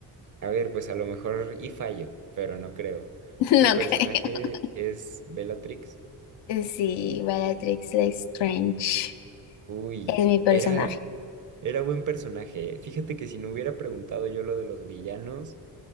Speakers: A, on the right; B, on the left.
A: A ver, pues a lo mejor y fallo, pero no creo.
B: <laughs> No
A: ¿Tu personaje
B: creo.
A: es Bellatrix?
B: Sí, Bellatrix Lestrange
A: Uy,
B: es mi personaje.
A: era, era buen personaje. ¿eh? Fíjate que si no hubiera preguntado yo lo de los villanos.